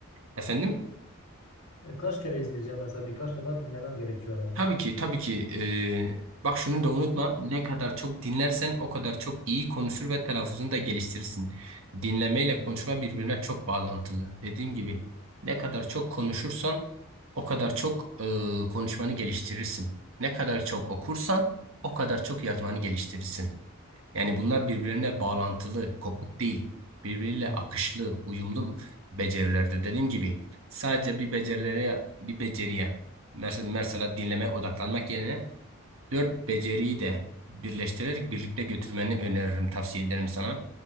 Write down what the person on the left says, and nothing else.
E, kaç kere izleyeceğim? Mesela birkaç defa dinlemem gerekiyor herhalde.
Hmm.
Hmm.